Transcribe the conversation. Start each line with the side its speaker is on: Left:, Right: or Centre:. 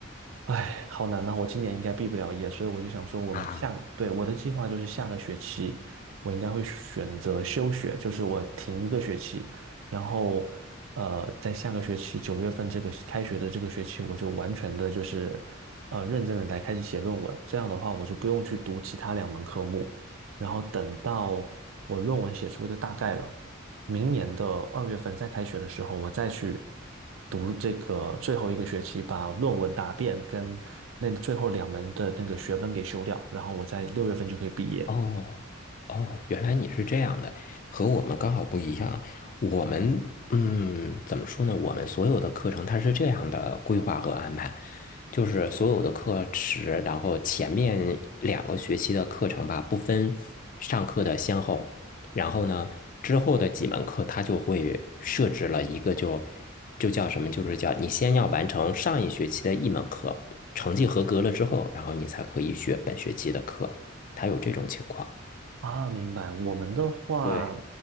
Right: 哎，好难呐、我今年应该毕不了业，所以我就想说，我们下，
Left: 啊，
Right: 对，我的计划就是下个学期我应该会选择休学，就是我停一个学期，然后呃，在下个学期九月份这个开学的这个学期，我就完全的就是呃认真的来开始写论文，这样的话我就不用去读其他两门科目，然后等到我论文写出一个大概了。明年的二月份再开学的时候，我再去读这个最后一个学期，把论文答辩跟那最后两门的那个学分给修掉，然后我在六月份就可以毕业。
Left: 哦。哦，原来你是这样的，和我们刚好不一样。我们，嗯，怎么说呢？我们所有的课程它是这样的规划和安排，就是所有的课时，然后前面两个学期的课程吧，不分上课的先后，然后呢，之后的几门课它就会设置了一个就就叫什么，就是叫你先要完成上一学期的一门课，成绩合格了之后，然后你才可以学本学期的课，它有这种情况。
Right: 啊，明白。我们的话，
Left: 对。